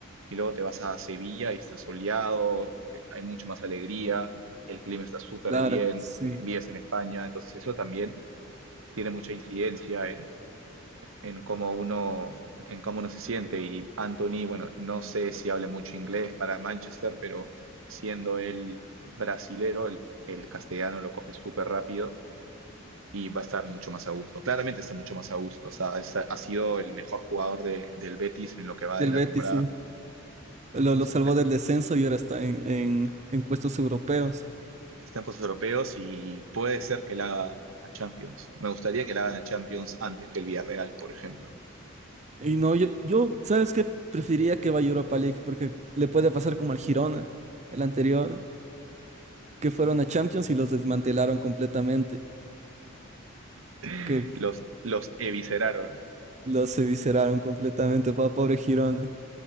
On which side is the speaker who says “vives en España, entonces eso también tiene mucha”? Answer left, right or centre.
Right